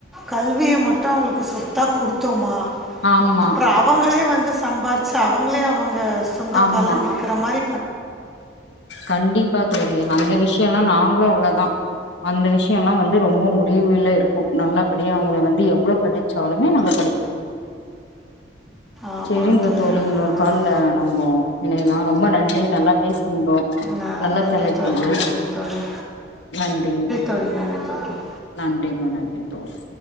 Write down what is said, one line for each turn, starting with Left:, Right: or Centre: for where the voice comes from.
Centre: கல்விய மட்டும் அவங்களுக்கு சொத்தா கொடுத்தோமா
Left: ஆமா
Centre: அப்பறம் அவங்களே வந்து சம்பாிச்சு அவங்களே அவங்க சொந்தக்கால்ல
Left: ஆமா
Centre: நற்கிற மாரி
Left: கண்டிப்பா தோழி அந்த விஷயம் விஷயம்ல்லாம் நாங்களும் அவ்வளவுதான் அந்த விஷயம் எல்லாம் வந்து ரொம்ப முடிவுல இருக்கும் நல்லபடி அவங்க வந்து எவ்வளவு படிச்சாலுமே நல்ல படி
Centre: ஆமாங்க
Left: செரிங்க தோழி
Centre: ஆமாங்க
Left: இன்னொரு
Centre: தோழி
Left: காலல நம்ம இணையலாம் ரொம்ப நன்றி நல்லா பேசுவோம்
Centre: ந-
Left: நல்லா
Centre: நன்றி
Left: தலைகப்பு
Centre: தோழி
Left: இது
Centre: நன்றி தோழி
Left: நன்றி
Centre: தோழி நன்றி தோழி
Left: நன்றிமா நன்றி தோழி